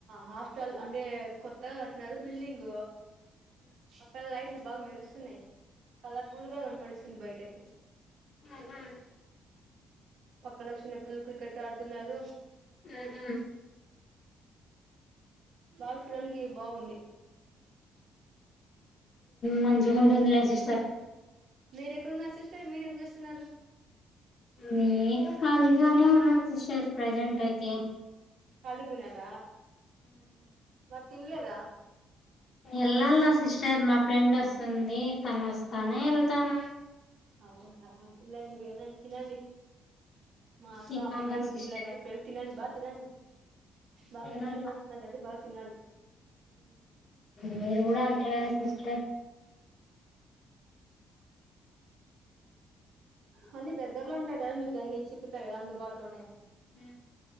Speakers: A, on the right; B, on the left.
A: హాస్టల్ అంటే కొత్తగా కట్టిన బిల్డింగ అక్కడ లైట్లు బాగా మెరుస్తున్నాయి కలర్ఫుల్ గా కనపడుస్తుంది బయట ఓకే
B: ఆహా
A: పక్కన చిన్న పిల్లలు క్రికెట్ ఆడుతున్నారు
B: ఆహా
A: బాగా చూడానికి బాగుంది
B: మంచిగాగుంటుంది రజిస్టార్
A: మీర ఎక్కడన్నారు సిస్టర్ మీర ఏం చేస్తున్నారు
B: నేం ఖాళీగానే ఉన్నాంటార్ ప్రజెంట్ అయితే
A: కళిగుణార మ ఇన్లేద
B: వెళ్ళాలా సిస్టర్ మా ఫ్రెండ్ వస్తుంది తను వస్తానే వెళ్తాము
A: అవు ఇలాంటి ఎలాంతినండి మాస
B: తినాల
A: ఆఫ్ కూడా
B: సిస్టర్
A: తిళ్ళ కానీ పెళ్ళి తినండి బాగా తినండి బాగా
B: తినాల
A: కష్టపడుతున్నారు అదడి బాగా తిినాలి
B: మీరు కూడా అంతే కదా సిస్టర్
A: అ అన్నిీ దగ్గరలో ఉంటాయి కదా మీకు అన్ని చిక్కుతాయి కదా అందుబాటులోనే
B: హ